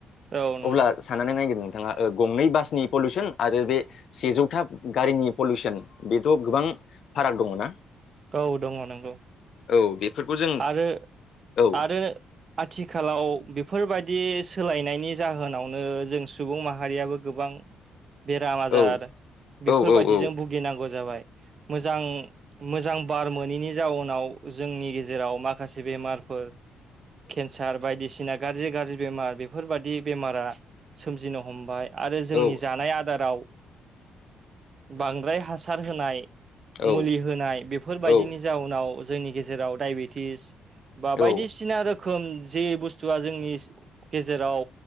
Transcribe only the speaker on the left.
अब्ला साननानै नायदो नोंथाङा ओ गंनै बासनि पलिउसन आरो बे सेजौथा गारिनि पलिउसन बेथ' गोबां फाराग दङ ना?
औ बेफोरखौ जों
औ
औ
औ औ औ औ
औ
औ
औ
औ